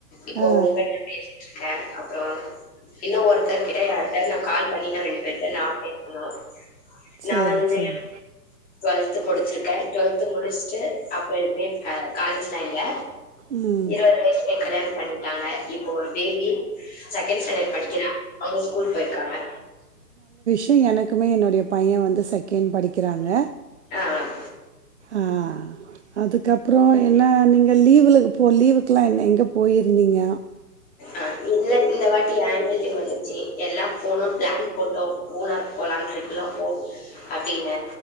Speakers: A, on the left; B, on the right.
A: இப்போ
B: ஆ
A: உங்கட்ட பேசிட் ட்ருக்கேன் அப்புறோம் இன்னும் ஒருத்தரு கிட்ட யாரிட்டயாது நான் கால் பண்ணினா ரெண்டு பேரு நா பேசனும்
B: சேரி
A: நா வந்து
B: சேரி
A: டுவெல்து முடிச்சிருக்கேன் டுவெல்து முடிச்சுட்டு அப்புறம் எதுவுமே காலேஜ்லாம் இல்ல
B: ம்
A: இருவது வயசுலயே கல்யாணம் பண்ணிட்டாங்க இப்ப ஒரு பேபி செகண்ட் ஸ்டாண்டர்ட் படிக்கிறான் அவங்க ஸ்கூல் போயிருக்காங்க
B: கும் எனக்குமே என்னுடைய பையன் வந்து செகெண்ட் படிக்கிறாங்க
A: ஆஹ்
B: ஆஹ் அதுக்கப்புறோ என்னன் நீங்க லீவுல இப்போ லீவுக்குல்லாம் என்ன எங்க போயிருந்தீங்க
A: ஆஹ் இல்ல இந்த வாட்டி ஆனுவல் லீவ் வந்துச்சு எல்லா போனுன்னு பிளான் போட்டோம் மூனாறு போலான்ட்டு ட்ரிப்ல்லாம் <unintelligible> அப்பிடின்னு